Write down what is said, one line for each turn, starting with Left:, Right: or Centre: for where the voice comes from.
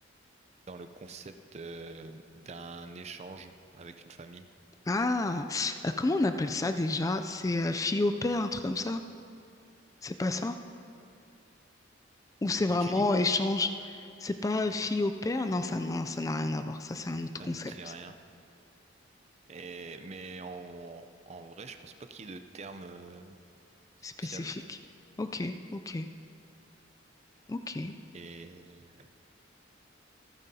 Right: dans le concept euh, d'un échange avec une famille.
Left: Ah, euh, comment on appelle ça déjà? C'est euh, fille au père, un truc comme ça? C'est pas ça? Ou c'est vraiment
Right: Comment tu dis?
Left: échange? C'est pas euh, fille au père? Non, ça, non, ça n'a rien à voir. Ça, c'est un autre
Right: Ça
Left: concept
Right: me dit rien. Et, mais en, en vrai, je pense pas qu'il y ait de terme euh, spécial.
Left: spécifique. Ok, ok, ok.
Right: Et